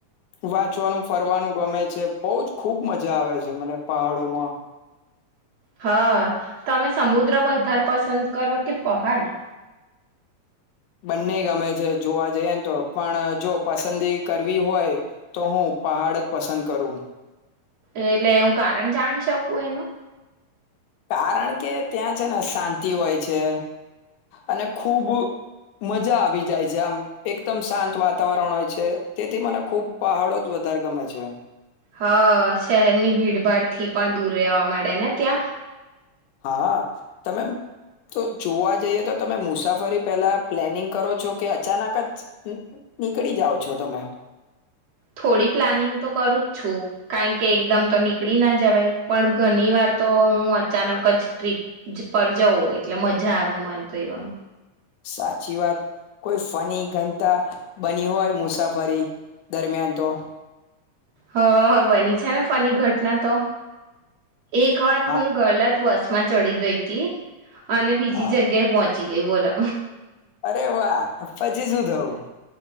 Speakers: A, on the left (about 85°); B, on the right (about 65°).
A: વાંચવાનું ફરવાનું ગમે છે બહ જ ખુબ મજા આવે છે મને પહાડોમાં
B: હા તમે સમુદ્ર વધારે પસંદ કરો કે પહાડ
A: બંને ગમે છે જોવા જઈએને તો પણ જો પસંદી કરવી હોય તો હું પહાડ જ પસંદ કરું
B: એટલે હું કારણ જાણી શકું એનું
A: કારણ કે ત્યાં છે ને શાંતિ હોય છે અને ખૂબ મજા આવી જાય છે આમ એકદમ શાંત વાતાવરણ હોય છે તેથી મને ખૂબ પહાડો જ વધારે ગમે છે
B: હ શહેરની ભીડભાડ થી પણ દૂર રહેવા મળડે ને ત્યાં
A: હા તમે તો જોવા જઈએ તો તમે મુસાફરી પહેલાં પ્લેનિંગ કરો છો કે અચાનક જ નીકળી જાઓ છો તમે
B: થોડી પ્લાનિંગ તો કરું જ છું કારણ કે એકદમ તો નીકળી ના જવાય પણ ઘણી વાર તો હું અચાનક જ ટ્રીપ પર જઉં એટલે મજા આવે મન તો એવામ
A: સાચી વાત કોઈ ફની ઘનતા બની હોય મુસાફરી દરમિયાન તો
B: હ હ બની છે ને ફની ઘટના તો એક વાર
A: હા
B: હું ગલત વસ માં ચડી ગઈ તી. અને બીજી
A: હા.
B: જગ્યાએ પહોચ ચી જઈ બોલો
A: અરે વાહ અ્ાજી શું થવું